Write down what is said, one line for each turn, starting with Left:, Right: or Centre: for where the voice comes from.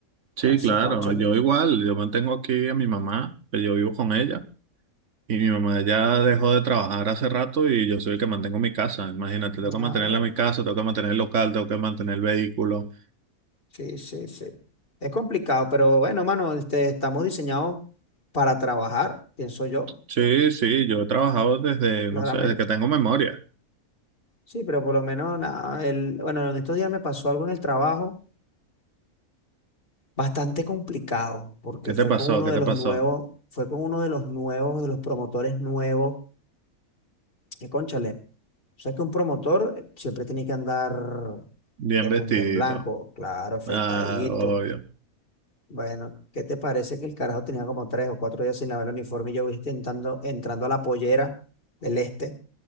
Right: Sí,
Left: Entonces,
Right: claro,
Left: cónchale.
Right: yo igual, yo mantengo aquí a mi mamá, que yo vivo con ella. Y mi mamá ya dejó de trabajar hace rato y yo soy el que mantengo mi casa. Imagínate, tengo que mantenerla
Left: Ah, bueno.
Right: mi casa, tengo que mantener el local, tengo que mantener el vehículo.
Left: Sí, sí, sí. Es complicado, pero bueno, mano, este, estamos diseñados para trabajar, pienso yo,
Right: Sí, sí, yo he trabajado desde,
Left: claramente.
Right: no sé, desde que tengo memoria.
Left: Sí, pero por lo menos nada, el, bueno, en estos días me pasó algo en el trabajo bastante complicado, porque
Right: ¿Qué te
Left: fue
Right: pasó?
Left: con uno
Right: ¿Qué
Left: de
Right: te
Left: los
Right: pasó?
Left: nuevos, fue con uno de los nuevos, de los promotores nuevos, que cónchale, o sea que un promotor eh, siempre tiene que andar
Right: Bien
Left: de
Right: vestidito.
Left: punta en blanco, claro, afeitadito.
Right: Ah, obvio.
Left: Bueno, ¿qué te parece que el carajo tenía como tres o cuatro días sin lavar el uniforme y yo voy intentando, entrando a la pollera del este